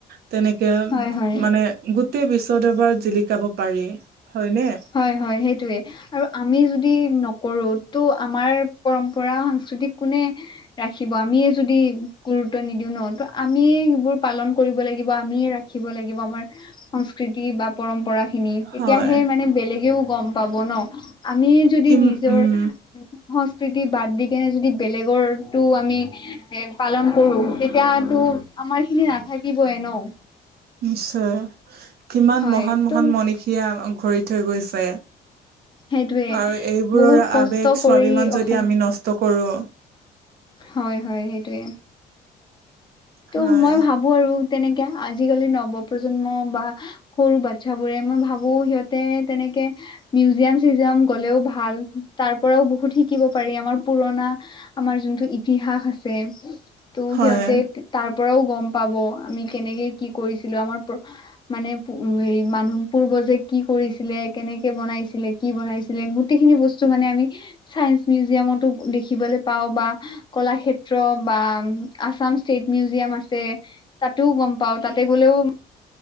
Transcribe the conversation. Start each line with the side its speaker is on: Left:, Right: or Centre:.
Right: তেনেকে
Left: হয় হয়
Right: মানে গোটেই বিশ্ব দৰবাৰত জিলিকাব পাৰি হয়নে
Left: হয় হয় সেইটোয়ে আৰু আমি যদি নকৰো টো আমাৰ পৰম্পৰা সাংস্কৃতিক কোনে ৰাখিব আমিয়ে যদি গুৰু গুৰুত্ব নিদিও ন ত আমিয়ে সবোৰ পালন কৰিব লাগিব আমিয়ে ৰাখিব লাগিব আমাৰ সংস্কৃতি বা পৰম্পৰা খিনি তেতিয়াাহে
Right: হয়
Left: মানে বেলেগেও গম পাব ন আমি যদি
Right: কিম
Left: নিজৰ
Right: উম
Left: প্ৰকৃতি বাদ দি কেনে যদি বেলেগৰটো আমি এ পালন কৰো তেতিয়াতো আমাৰ খিনি নাথাকিবই ন
Right: নিশ্চয় কিমান
Left: হয়
Right: মহান মহান
Left: ত'
Right: মনীষীয়ে ঘৰি থৈ গৈছে
Left: সেইটোয়ে
Right: আৰু এইবোৰৰ
Left: বহুত কষ্ট
Right: আৱেগ
Left: কৰি
Right: স্বাভিমান
Left: অসম
Right: যদি আমি নষ্ট কৰো
Left: হয় হয় সেইটোৱে ত'
Right: হয়
Left: মই ভাবো আৰু তেনেকে আজিকালি নৱ প্ৰ্জন্ম বা সৰু বাচ্ছা বোৰে মই ভাবো সিহঁতে তেনেকে মিউজিয়াম চিউজিয়াম গ'লেও ভাল তাৰ পৰাও বহুত শিকিব পাৰি আমাৰ পুৰণা আমাৰ যোনটো ইতিহাস আছে ত'
Right: হয়
Left: সিহঁতে তাৰ পৰাও গম পাব আমি কেনেকে কি কৰিছিলো আমাৰ মানে হে মানুহ পূৰ্ব কি কৰিছিলে কেনেকে বনাইছিলে কি বনাইছিলে গোটেই খিনি বস্তু মানে আমি চ মিউজিয়ামতো দেখিবলৈ পাওঁ বা কলাক্ষেত্ৰ বা আছাম ষ্টেট মিউজিয়াম আছে তাতোও গম পাওঁ তা <unintelligible>